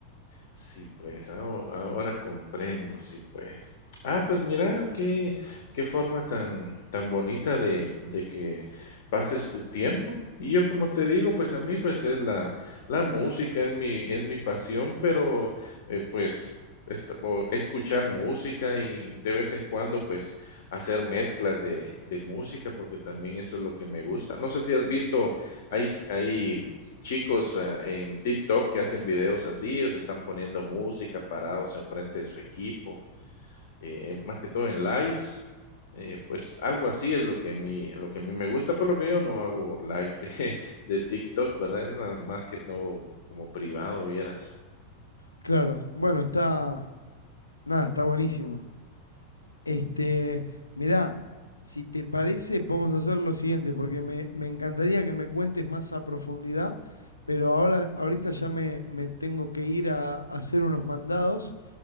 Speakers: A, on the left; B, on the left.
A: Sí, pues, aho ahora comprendo, sí, pues. Ah, pues mira, qué qué forma tan tan bonita de de que pases tu tiempo. Y yo, como te digo, pues, a mí, pues, es la la música, es mi es mi pasión, pero, eh, pues, est o escuchar música y de vez en cuando, pues, hacer mezclas de de música, porque también eso es lo que me gusta. No sé si has visto, hay hay chicos eh, en TikTok que hacen videos así, o se están poniendo música parados enfrente de su equipo, eh, en- más que todo en lives. eh, pues algo así es lo que a mí, lo que a mí me gusta, Por lo que yo no hago lives de, <laughs> de TikTok, ¿verdad? Es nada más que todo como privado, vieras.
B: Claro, bueno, está... Nada, está buenísimo. Este, mirá, si te parece, podemos hacer lo siguiente, porque me, me encantaría que me cuentes más a profundidad, pero ahora, ahorita ya me, me tengo que ir a, a hacer unos mandados.